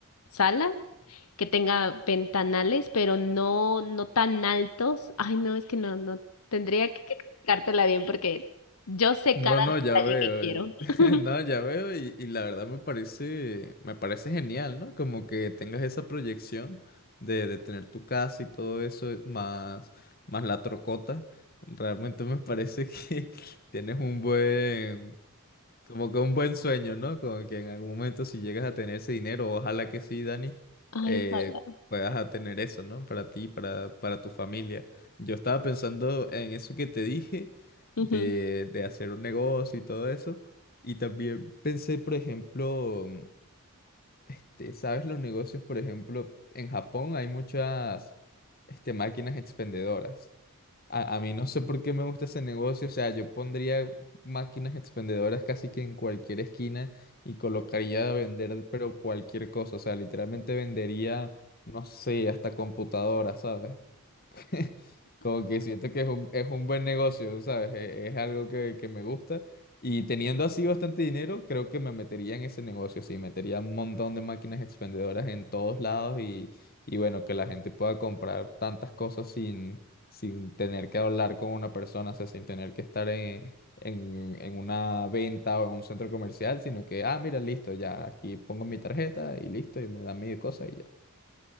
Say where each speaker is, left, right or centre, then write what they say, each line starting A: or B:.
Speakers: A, on the left (about 80°); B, on the left (about 45°).
A: sala que tenga ventanales, pero no, no tan altos. Ay, no, es que no, no, tendría que que explicártela bien porque yo sé
B: No,
A: cada
B: no,
A: detalle
B: ya veo.
A: que quiero.
B: <laughs>
A: <laughs>
B: No, ya veo y, y la verdad me parece, me parece genial, ¿no? Como que tengas esa proyección de, de tener tu casa y todo eso, más, más la trocota. Realmente me parece que <laughs> tienes un buen, como que un buen sueño, ¿no? Como que en algún momento si llegas a tener ese dinero, ojalá que sí, Dani,
A: Ay,
B: eh,
A: ojalá.
B: puedas a tener eso, ¿no? Para ti, para, para tu familia. Yo estaba pensando en eso que te dije,
A: Ujú.
B: de, de hacer un negocio y todo eso. Y también pensé, por ejemplo, este, ¿sabes los negocios? Por ejemplo, en Japón hay muchas, este, máquinas expendedoras. A, a mí no sé por qué me gusta ese negocio, o sea, yo pondría máquinas expendedoras casi que en cualquier esquina y colocaría a vender, pero cualquier cosa, o sea, literalmente vendería, no sé, hasta computadoras, ¿sabes? <laughs> Como que siento que es un, es un buen negocio, ¿sabes? E- Es, algo que, que me gusta. Y teniendo así bastante dinero, creo que me metería en ese negocio, sí. Metería un montón de máquinas expendedoras en todos lados y, y bueno, que la gente pueda comprar tantas cosas sin, sin tener que hablar con una persona, o sea, sin tener que estar en, en, en una venta o en un centro comercial, sino que, ah, mira, listo, ya aquí pongo mi tarjeta y listo, y me da mi cosa y ya.